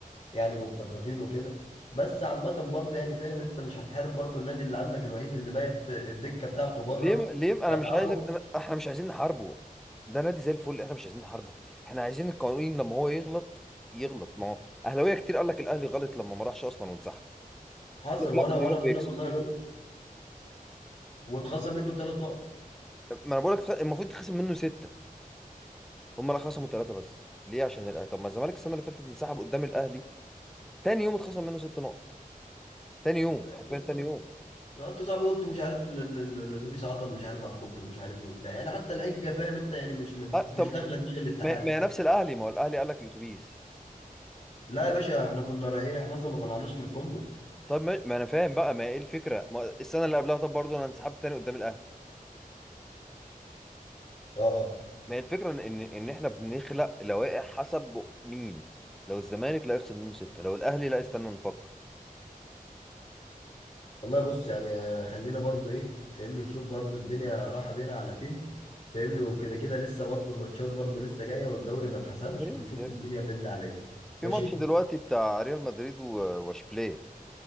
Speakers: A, on the left; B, in the centre.
A: يعني متفقين وكده بس عامة برضه يعني فاهم انت مش هتحارب برضه النادي اللي عندك الوحيد اللي بقت الدكة بتاعته بره
B: ليه م... ليه م- انا
A: اه،
B: مش
A: اقوى
B: عايز أنا... احنا مش عايزين نحاربه ده نادي زي الفل احنا مش عايزين نحاربه احنا عايزين القانون لما هو يغلط يغلط ما هو اهلاويه كتير قال لك الاهلي غلط لما ما راحش اصلا وانسحب
A: حصل
B: قال لك لا
A: وانا
B: كان
A: وانا
B: يروح
A: بقول
B: ويكسب
A: لك والله غلط واتخصم منه الثلاث نقط
B: ما انا بقول لك المفروض تخصم منه ستة هم لا خصموا ثلاثة بس ليه عشان الأهلي طب ما الزمالك السنة اللي فاتت انسحب قدام الاهلي تاني يوم اتخصم منه ست نقط تاني يوم
A: ماشي
B: حرفيا تاني يوم
A: ما انتوا صعب قلتوا مش عارف ال- ال- ال- الاتوبيس عطل مش عارف على الكوبري ومش عارف ايه وبتاع يعني حتى الحجه فاهم انت يعني مش
B: أه طب
A: مش داخله دماغ الاتحاد
B: ما ما هي نفس الاهلي ما هو الاهلي قال لك الاتوبيس
A: لا يا باشا احنا كنا رايحين احنا اصلا ما طلعناش من الفندق
B: طب ما, ما انا فاهم بقى ما هي ايه الفكره ما السنه اللي قبلها طب برضه انا انسحبت تاني قدام الاهلي
A: اه
B: ما هي الفكره ان ان إن احنا بنخلق لوائح حسب مين لو الزمالك لا يخصم منه سته لو الاهلي لا استنى نفكر
A: والله بص يعني آه، خلينا برضو ايه فاهمني نشوف برضو الدنيا رايحه بينا على فين فاهمني وكده كده لسه برضو الماتشات برضو لسه جايه والدوري ما اتحسمش
B: يا ريت
A: ونشوف
B: يا ريت
A: الدنيا فاهمني على ايه
B: في
A: ماشي
B: ماتش دلوقتي بتاع ريال مدريد و- واشبيليه